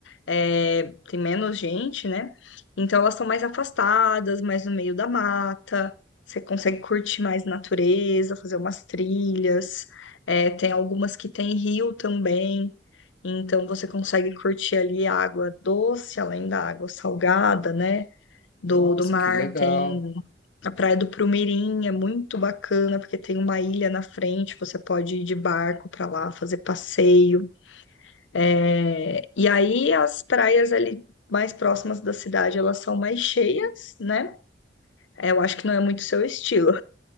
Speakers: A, on the left (about 85°); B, on the left (about 50°).
A: é, tem menos gente, né? Então elas são mais afastadas, mais no meio da mata, você consegue curtir mais natureza, fazer umas trilhas. É, tem algumas que tem rio também, então você consegue curtir ali a água doce, além da água salgada, né? Do,
B: Nossa,
A: do mar,
B: que legal.
A: tem a Praia do Prumirim, é muito bacana, porque tem uma ilha na frente, você pode ir de barco para lá, fazer passeio. É, e aí as praias ali mais próximas da cidade, elas são mais cheias, né? É, Eu acho que não é muito seu estilo.